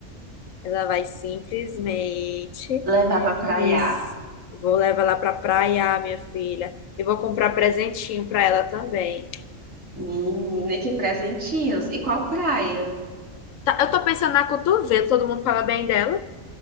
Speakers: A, on the left; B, on the right.
A: Ela vai simplesmente
B: Levar pra
A: diz,
B: praia.
A: vou levar ela pra praia, minha filha. E vou comprar presentinho pra ela também.
B: Menina, que presentinhos. E qual praia?
A: Tá, eu tô pensando na cotovelo, todo mundo fala bem dela.